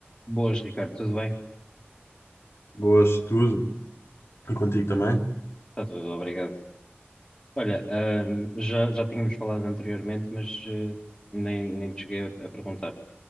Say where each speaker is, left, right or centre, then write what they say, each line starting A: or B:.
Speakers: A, on the left (about 20°); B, on the left (about 80°).
A: Boas, Ricardo, tudo bem?
B: Boas, tudo. E contigo também?
A: Está tudo, obrigado. Olha, ahm, já, já tínhamos falado anteriormente, mas eh, nem, nem te cheguei a, a perguntar.